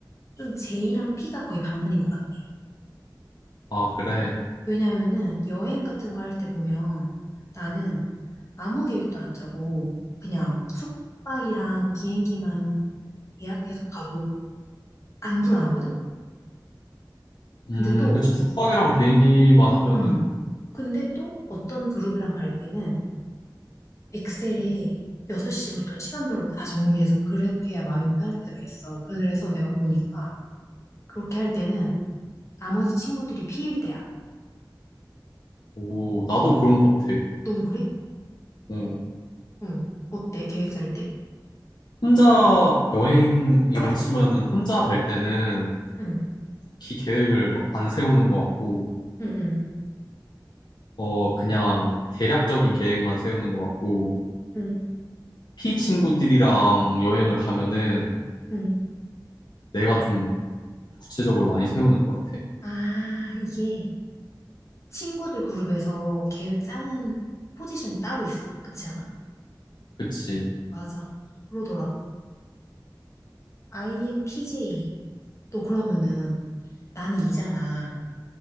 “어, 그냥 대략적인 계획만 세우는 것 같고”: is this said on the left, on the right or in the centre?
Left